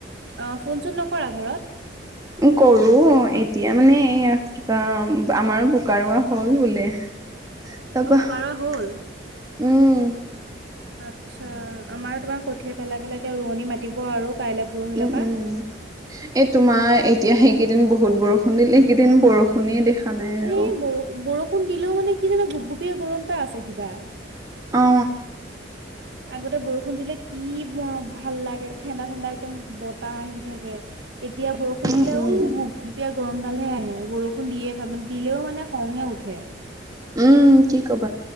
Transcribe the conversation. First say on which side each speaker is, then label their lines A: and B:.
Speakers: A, on the right; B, on the right.
A: অ ফোন চোন নকৰা ঘৰত
B: উ কৰো এতিয়া মানে এই কিবা আমাৰো বোকা ৰোৱা হল বোলে তাৰ
A: অ
B: পা
A: বোকাৰুৱা
B: উম
A: হ'ল আচ্ছা আমাৰ তোমাৰ কত কঠীয়া পেলাই পেলাই তো ৰোৱনী মাতিব আৰু কাইলৈ পৰহিলৰ
B: উম,
A: পৰা
B: উম। এই তোমাৰ এতিয়া সেইকেইদিন বহুত বৰষুণ দিল এইকেইদিন বৰষুণে দেখা নাই আৰু।
A: এই বৰ বৰষুণ দিলেও মানে কি জানো গুপগুপিয়া গৰম এটা আছে কিবা
B: অ
A: আগতে বৰষুণ দিলে কি মৰম ভাল লাগে ঠাণ্ডা ঠাণ্ডা একদম বত টা আহি থাকে এতিয়া বৰষুণ
B: উম,
A: দিলে
B: উম,
A: ওঁ গুপগুপিয়া গৰম ডালহে আহে বৰষুণ দিয়ে দিলেও মানে খঙহে উঠে
B: উম কি কব